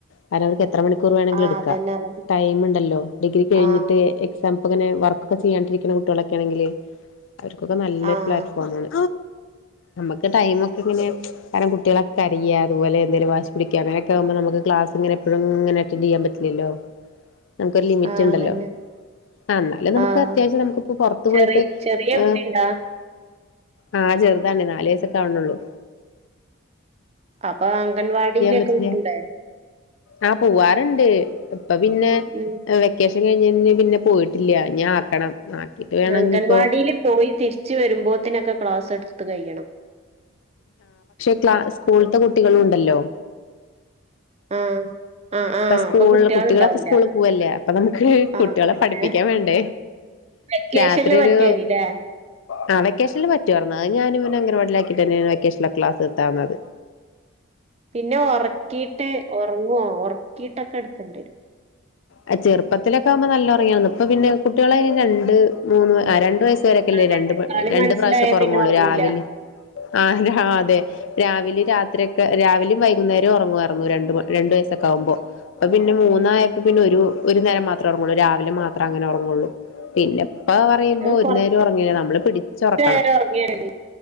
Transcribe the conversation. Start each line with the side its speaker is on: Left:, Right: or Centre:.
Left: കാരണം അവർക്ക് എ എത്ര മണിക്കൂർ വേണങ്കിലെടുക്കാ
Right: ആഹ് അതന്നെ അതന്നെ
Left: ടൈമ്ണ്ടല്ലോ ഡിഗ്രി കഴിഞ്ഞിട്ട്
Right: ആഹ്
Left: എക്സാംപ്പങ്ങനെ വർക്കൊക്കേ ചെയ്യാണ്ടിരിക്ക്ണ കുട്യാളൊക്കേണെങ്കില് അവർക്കൊക്കെ നല്ലൊരു
Right: ആഹ്
Left: പ്ലാറ്റ്ഫോമാണ് നമുക്ക് ടൈമ ഒക്കെ ഇങ്ങനെ കാരണം കുട്ടികളൊക്കെ അരയ അതുപോലെ എന്തെലും വാശി പിടിക്ക അങ്ങനെ മ്പോ നമക്ക് ക്ലാസ്ങ്ങെനെ എപ്പഴും ങ്ങനെ അറ്റന്റെയ്യാൻ പറ്റില്ലല്ലോ <unintelligible>
Right: ആഹ് അതന്നെ
Left: <unintelligible> ആ ന്നാല് നമുക്ക്
Right: ആഹ്
Left: അത്യാവശ്യം നമുക്ക്പ്പൊ പുറത്തു
Right: ചെറിയ
Left: പോയിട്ട്
Right: ചെറിയ
Left: ആ
Right: കുട്ടിണ്ടാ
Left: ആ ചെറുതാണ് നാല് വയസൊക്കെ ആവണള്ളൂ
Right: അപ്പൊ അംഗൻവാടിയിലൊക്കെ
Left: പറ്റില്ല
Right: വിട്ടുടെ
Left: ആ പൂവാറ്ണ്ട് അപ്പൊ പിന്നെ
Right: ഉം
Left: വേ ഉച്ച കയിഞ്ഞ്ഞ്ഞ് പിന്നെ പോയിട്ടില്ല ഇനി ആക്കണം ആക്കിട്ട് വേണം
Right: അംഗൻവാടീൽ
Left: ഇനിയിപ്പോ
Right: പോയി തിരിച് വരുമ്പോത്തിനൊക്കെ ക്ലാസ്സ് എടുത്ത് കയ്യണം
Left: ക്ല സ്കൂളത്തെ കുട്ടികളുണ്ടല്ലോ
Right: ആഹ് ആഹ് ആഹ്
Left: ഇപ്പ സ്കൂള്
Right: അപ്പൊ കുട്ടിയാളുണ്ടാവൂല
Left: കുട്ടികളൊക്കെ സ്കൂളിൽ പോവല്ലേ അപ്പൊ നമുക്ക് കുട്ടികളെ
Right: ആഹ് അതന്നെ
Left: പഠിപ്പിക്കെ വേണ്ടേ
Right: വെക്കേഷനില്
Left: രാത്രി
Right: പറ്റേനില്ലേ
Left: ഒരു അ വെക്കേഷനിൽ പറ്റുവാർന്ന് അത് ഞാനിവ അംഗംനവാടി ലാക്കിട്ടന്നേണ് വെക്കെഷണൽ ക്ലാസ് എത്താന്നത്
Right: പിന്നെ ഒറക്കിയിട്ട് ഒറങ്ങുവോ ഒറക്കി ട്ടൊക്കെ എടുക്കേണ്ട കരും
Left: ആ ചെറുപ്പത്തിലക്കെകുമ്പോ നല്ലറിയാന്ന് ഇപ്പ പിന്നെ കുട്ടികളയ്ന് രണ്ട് മൂന്ന് രണ്ട് വയസ് വരൊക്കെല്ലേ
Right: അതെ
Left: രണ്ട്
Right: കളി
Left: രണ്ട്
Right: മനസ്സിലായ
Left: പ്രാവശ്യക്കെ ഉറങ്ങുള്ളൂ
Right: പിന്നെ ഉറങ്ങൂല
Left: രാവിലെ ആഹ് അതെ രാവിലെ രാത്രിയൊക്കെ രാവിലെ വൈകുന്നേരവു ഉറങ്ങാർന്നു രണ്ട് രണ്ട് വയസ്സൊക്കെ ആവുമ്പൊ പ്പൊ പിന്നെ മൂന്നായി
Right: ഉം
Left: പിന്നൊരു ഒരു നേരം മാത്രേ ഉറങ്ങുള്ളൂ രാവിലെ മാത്രാ അങ്ങനെ ഉറങ്ങുള്ളൂ പിന്നെപ്പാ പറയുമ്പോ
Right: അത്
Left: ഒരു
Right: കൊറച്ചു
Left: നേരം ഉറങ്ങില്ല നമ്മള് പിടിച്ചുറക്കണം
Right: നേരം ഉറങ്ങിയാലല്ലേ